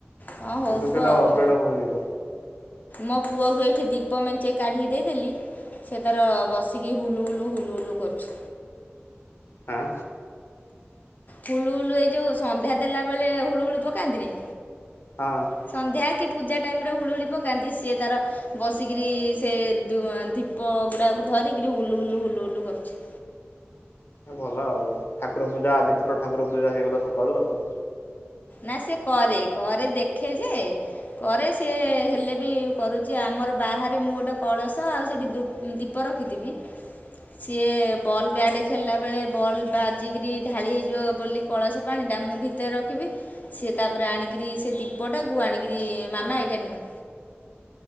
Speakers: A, on the left; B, on the left.
A: ହଁ ହଉଥିବ
B: କିନ୍ତୁ ସେଇଟା
A: ଆଉ।
B: ଅପଡେଟ୍ ହଉନି ତ
A: ମୋ ପୁଅକୁ ଏଇଠି ଦୀପ ମେଞ୍ଚେ କାଢ଼ିକି ଦେଇଦେଲି। ସେ ତାର ବସିକି ହୁଲୁ ହୁଲୁ, ହୁଲୁ ହୁଲୁ କରୁଛି।
B: ଆଁ?
A: ହୁଳୁ ହୁଲୁ ଏଇ ଯୋଉ ସନ୍ଧ୍ୟା ଦେଲା ବେଳେ ହୁଳୁ ହୁଳୁ ପକାନ୍ତିନି?
B: ହଁ।
A: ସନ୍ଧ୍ୟା କି ପୂଜା ଟାଇମରେ ହୁଳୁହୁଳି ପକାନ୍ତି ସିଏ ତାର ବସିକିରି ସେ ଧୀପ ଗୁଡ଼ାକୁ ଧରିକିରି ହୁଲୁ ହୁଲୁ ହୁଲୁ ହୁଲୁ କରୁଛି।
B: ଭଲ ଆଉ ଠାକୁର ପୂଜା ଆଦି ଥର ଠାକୁର ପୂଜା ହେଇଗଲା ସକାଳୁ ଆଉ।
A: ନା ସେ କରେ କରେ ଦେଖେ ଯେ କରେ ସି ହେଲେ ବି କରୁଛି ଆମର ବାହାରେ ମୁଁ ଗୋଟେ କଳସ ଆଉ ସେଇଠି ଦୁ ଦୀପ ରଖିଥିବି ସିଏ ବଲ୍ ବ୍ୟାଟ୍ ଖେଳିଲା ବେଳେ ବଲ୍ ବାଜିକରି ଢାଳି ହେଇଯିବ ବୋଲି କଳସ ପାଣିଟା ମୁଁ ଭିତରେ ରଖିବି। ସେ ତାପରେ ଆଣିକିରି ସେ ଦୀପଟାକୁ ଆଣିକିରି ମାମା ଏଇଟା ନିଅ।